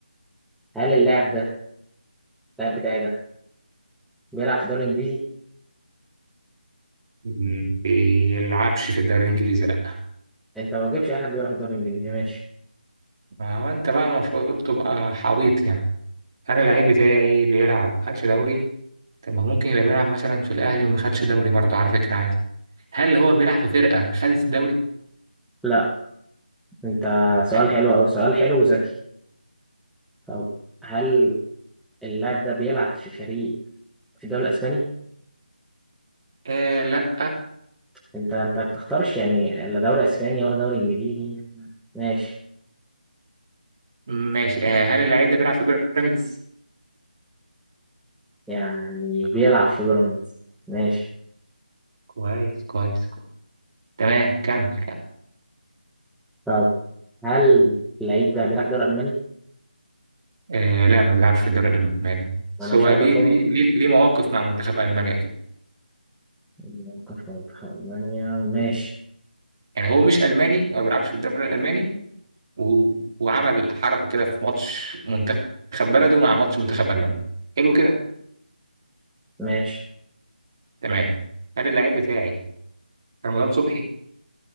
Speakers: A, in the centre; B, on the right.
A: هل اللاعب ده اللاعب بتاعي ده بيلعب في الدوري الانجليزي
B: مم. بيلعبش في الدوري الانجليزي لا
A: انت ما تجيبش اي حد بيلعب في الدوري الانجليزي ماشي
B: ما هو انت بقى المفروض تبقى حويط يعني انا اللعيب بتاعي بيلعب ما خدش دوري طب ما هو ممكن يبقى بيلعب مثلا في الاهلي وما خدش دوري برضه على فكره عادي هل هو بيلعب في فرقه خدت الدوري؟
A: لا انت
B: مم.
A: سؤال حلو او سؤال حلو وذكي طب هل اللاعب ده بيلعب في فريق في الدوري الاسباني
B: آه لا
A: انت انت ما بتختارش يعني لا دوري اسباني ولا دوري انجليزي ماشي
B: ماشي آه هل اللعيب ده بيلعب في بيراميدز؟
A: يعني بيلعب في بيراميدز ماشي
B: كويس كويس كويس. تمام كمل كمل
A: طب هل اللعيب ده بيلعب في الدوري الالماني
B: آه لا ما بيلعبش في الدوري الالماني
A: ما
B: بس
A: انا مش
B: هو
A: هفضل
B: ليه
A: خدهم
B: ليه ليه ليه مواقف مع منتخب المانيا كده
A: ممكن في منتخب المانيا ماشي
B: يعني هو مش الماني هو ما بيلعبش في الدوري الالماني و... وعمل حركة كده في ماتش منتخب بلده مع ماتش منتخب ألمانيا حلو كده
A: ماشي
B: تمام هل اللعيب بتاعي رمضان صبحي